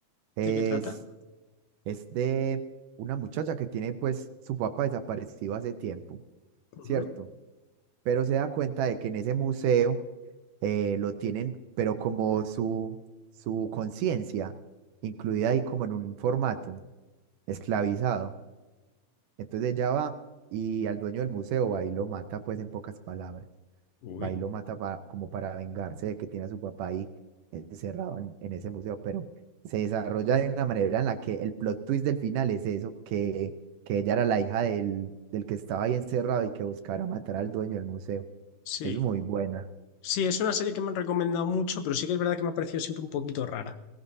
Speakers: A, on the right (about 75°); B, on the left (about 75°).
A: Es,
B: ¿De qué trata?
A: es de una muchacha que tiene pues su papá desaparecido hace tiempo,
B: Ujú.
A: ¿cierto? Pero se da cuenta de que en ese museo eh, lo tienen, pero como su, su conciencia, incluida ahí como en un formato esclavizado. Entonces ella va y al dueño del museo va y lo mata pues en pocas palabras.
B: Uy.
A: va y lo mata pa- como para vengarse de que tiene a su papá ahí encerrado en, en ese museo, pero se desarrolla de una manera en la que el plot twist del final es eso, que, que ella era la hija del, del que estaba ahí encerrado y que buscara matar al dueño del museo.
B: Sí.
A: Es muy buena,
B: Sí, es una serie que me han recomendado mucho, pero sí que es verdad que me ha parecido siempre un poquito rara.